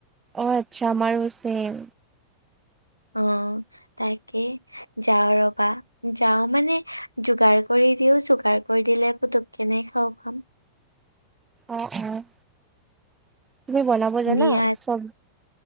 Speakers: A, on the right (about 15°); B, on the left (about 85°).
A: অ', আচ্ছা আমাৰো ছেম।
B: অ', তাকে, যাও ৰ'বা যাওঁ মানে যোগাৰ কৰি দিওঁ‌, যোগাৰ কৰি দিলে পুতুকেনে খাব পাম।
A: অ'-অ', তুমি বনাব জানা
B: দিয়া
A: চব?